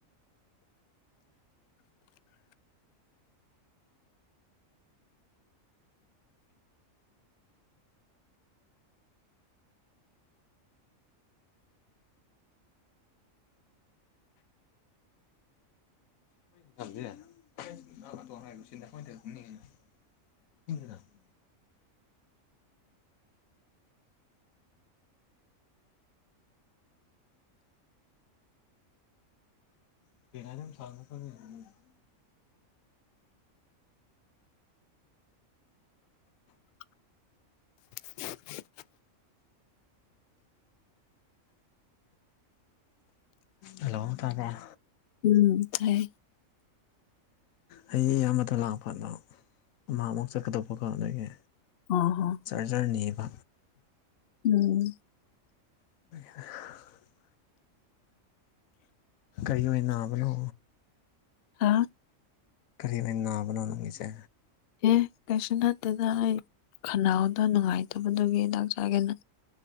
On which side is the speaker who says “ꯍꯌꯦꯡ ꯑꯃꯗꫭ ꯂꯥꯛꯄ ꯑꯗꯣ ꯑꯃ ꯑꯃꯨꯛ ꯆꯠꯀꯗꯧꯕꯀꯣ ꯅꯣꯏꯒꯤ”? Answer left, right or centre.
Left